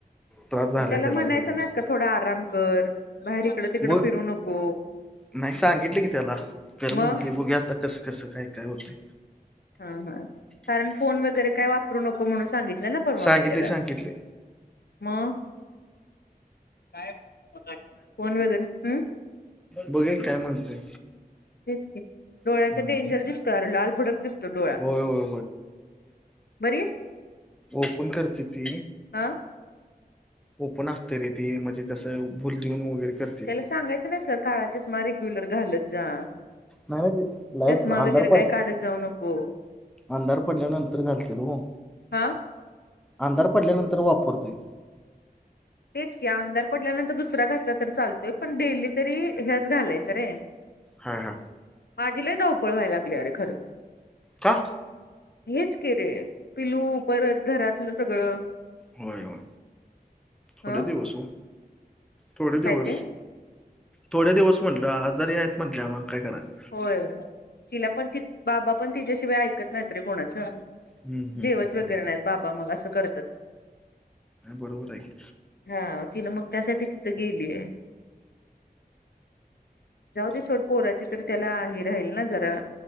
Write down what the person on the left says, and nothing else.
मग
म्हणायचं
नाहीस का थोडा आराम कर. बाहेर इकडं तिकडं
फिरू नको
मग
हा हा कारण फोन वगैरे काय वापरू नको म्हणून सांगितलय ना परवा
मी त्याला
मग, काय फोन वैगरे हं
तेच की डोळ्याच
डेंजर दिसतोय, अरे लाल भडक दिसतो डोळा
बरी स.
आ
त्याला सांगायच नाहीस का काळा चष्मा रेग्युलर घालत जा.
चष्मा वगैरे
काय
काढत जाऊ नको
हा
तेच की अंधार पडल्यानंतर दुसरा घातला तर चालतोय पण डेली तरी हेच घालायच रे. <inaudible>
माझी लय धावपळ व्हाय लागली अरे खर
हेच की रे पिलू, परत घरातलं सगळ
हं
काय
ते
होय तिला पण ती बाबा पण तिच्याशिवाय ऐकत नाहीत रे कोणाच.
जेवत
वगैरे नाहीत बाबा मग अस करतात.
हा तिन मग त्यासाठी तिथं गेलीये. जाऊ ते सोड पोराची तरी त्याला हे राहील ना जरा